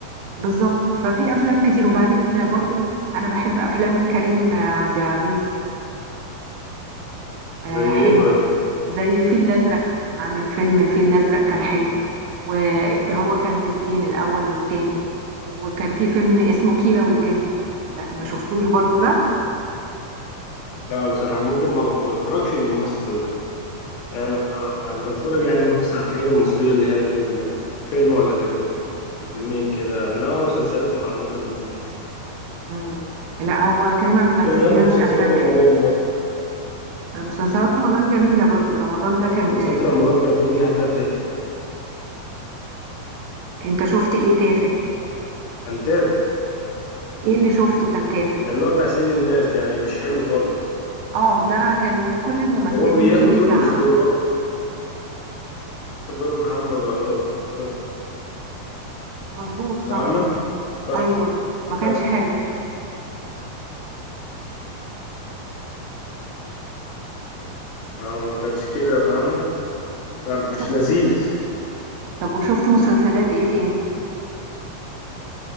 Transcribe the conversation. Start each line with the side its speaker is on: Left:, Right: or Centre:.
Right: بالظبط ففي أفلام كتير وبعدين برضو أنا بحب أفلام كريم عبد العزيز آه،
Left: زي
Right: حلوة
Left: ايه طيب
Right: زي الفيل الأزرق عامل فيلم الفيل الأزرق كان حلو وده هو كان جزئين الأول والتاني وكان في فيلم اسمه كيرة والجن لا ما شفتوش برضو ده
Left: لا بصراحة ممكن ما ما بتفرجش للممثل ده أه آه، بتفرج يعني مثلا على الحاجات المصرية اللي هي فيلم ولا فيلم فيلمين كده انما مسلسلات ما ممكن ما تابعش
Right: مم. لا هو كريم عبد العزيز
Left: ده انا
Right: بيعمل
Left: عندك مسلسلات
Right: أفلام
Left: رمضان
Right: حلو
Left: مثلا
Right: مسلسلات رمضان جميلة برضو رمضان ده كان
Left: مسلسلات رمضان كان في منها تافه
Right: انت شفت ايه تافه
Left: كان تافه
Right: ايه اللي شفته كان تافه
Left: اللي هو بتاع سيد الناس ده يعني مش حلو خالص
Right: اه ده كانوا كل الممثلين
Left: هو بياخد
Right: فيه بيزعقوا
Left: دور مش دور واخد دور محمد رمضان خالص
Right: مظبوط صح
Left: فاهمة واخد
Right: ايوه ما كانش
Left: تافه.
Right: حلو
Left: آه، ما كانش كده فاهمة
Right: مم.
Left: كان مش
Right: شفت
Left: لذيذ
Right: طب وشفت مسلسلات ايه تاني